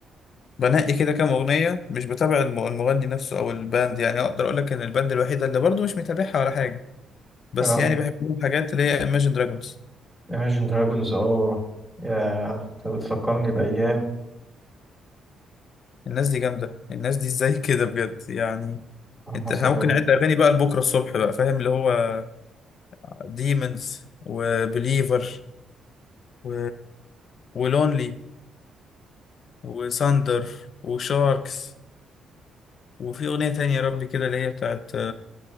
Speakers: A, on the left; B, on the right.
A: بنقي كده كام أغنية مش بتابع الم- المغني نفسه أو الباند يعني أقدر أقول لك إن الباند الوحيدة اللي برضه مش متابعها ولا حاجة بس
B: اه
A: يعني بحب لهم حاجات اللي هي Imagine Dragons
B: Imagine Dragons اه يا أنت بتفكرني بأيام
A: الناس دي جامدة الناس دي إزاي <laughs> كده بجد يعني
B: اللهم
A: أنت
B: صل
A: إحنا
B: على
A: ممكن
B: النبي.
A: نعد أغاني بقى لبكرة الصبح بقى فاهم اللي هو Demons وبليفر و ولونلي وساندر وشاركس وفي أغنية تانية يا ربي كده اللي هي بتاعت